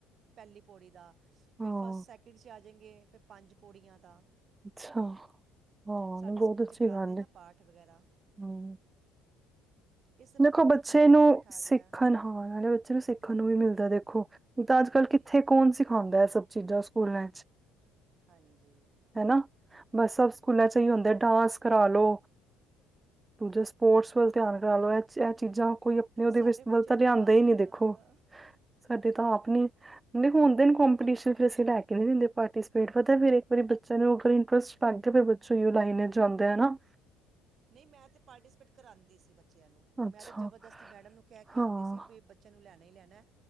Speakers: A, on the right (about 50°); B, on the right (about 20°).
A: ਪਹਿਲੀ ਪੋੜੀ ਦਾ, ਫੇਰ
B: ਹਾਂ,
A: ਫਸਟ, ਸੈਕਿੰਡ ਚ ਆ ਜੇਗੇ ਫੇਰ ਪੰਜ ਪੌੜੀਆਂ ਦਾ
B: ਅੱਛਾ। ਹਾਂ
A: ਸਾਡੇ
B: ਨਾ ਬਹੁਤ
A: ਸਕੂਲ
B: ਅੱਛੀ
A: 'ਚ ਕਰਾਉਂਦੇ
B: ਗੱਲ
A: ਨਾ
B: ਏ
A: ਪਾਠ ਵਗੈਰਾ ਇਸ ਬਹਾਨੇ
B: ਦੇਖੋ ਬੱਚੇ
A: ਬੱਚਿਆਂ ਵੀ
B: ਨੂੰ
A: ਪਾਠ ਆ
B: ਸਿੱਖਣ
A: ਗਿਆ
B: ਹਾਂ, ਨਾਲ਼ੇ ਬੱਚੇ ਨੂੰ ਸਿੱਖਣ ਨੂੰ ਵੀ ਮਿਲਦਾ ਦੇਖੋ ਨੀਂ ਤਾਂ ਅੱਜ
A: ਹਾਂਜੀ
B: ਕੱਲ੍ਹ ਕਿੱਥੇ ਕੌਣ ਸਿਖਾਂਦਾ ਐ ਸਭ ਜਿਦਾ ਸਕੂਲਾਂ ਚ
A: ਹਾਂਜੀ
B: ਹੇਨਾ, ਬਸ ਸਭ
A: ਹਾਂਜੀ
B: ਸਕੂਲ ਚ ਹੀ ਹੁੰਦਾ ਐ ਡਾਂਸ ਕਰਾਲੋ ਦੂਜੇ ਸਪੋਰਟਸ ਵੱਲ ਧਿਆਨ ਕਰ ਲੋੋ। ਇਹ ਚੀਜ਼ਾਂ ਕੋਈ ਆਪਣੇ ਉਹਦੇ
A: ਸਾਡੇ
B: ਵਿੱਚ ਮਤਲਬ
A: ਬੱਚੇ
B: ਤਾਂ
A: ਨੂੰ
B: ਲਿਆਂਦਾ
A: ਡਾਂਸ
B: ਹੀ ਨਹੀਂ ਦੇਖੋ,
A: ਆਉਂਦਾ
B: ਸਾਡੇ ਤਾਂ ਆਪਣੇ ਨਹੀਂ ਹੁੰਣ ਤੇ ਨਹੀਂ ਕੋਮਪੀਟੀਸ਼ਨ ਚ ਅਸੀਂ ਲੈ ਕੇ ਨਹੀਂ ਦਿੰਦੇ ਪਾਰਟੀਸਿਪੇਟ। ਪਤਾ ਫਿਰ ਇੱਕ ਵਾਰੀ ਬੱਚੇ ਨੂੰ ਫੇਰ ਇੰਟਰਸਟ ਪੰਥ ਦੇ ਬੱਚੋਂ ਹੀ ਲਾਈਨੇ ਜਾਂਦੇ ਐ ਹਨਾ।
A: ਨਹੀਂ ਮੈਂ ਤਾਂ ਪਾਰਟੀਸਪੇਟ ਕਰਾਂਦੀ ਸੀ ਬੱਚਿਆਂ ਨੂੰ,
B: ਅੱਛਾ
A: ਮੈਂ ਤਾਂ ਜਬਰਦਸਤੀ ਮੈਡਮ ਨੂੰ ਕਹਿ ਕੇ
B: ਹਾਂ
A: ਆਂਦੀ ਸੀ ਵੀ ਬ ਬੱਚਿਆਂ ਨੂੰ ਲੈਣਾ ਹੀ ਲੈਣਾ,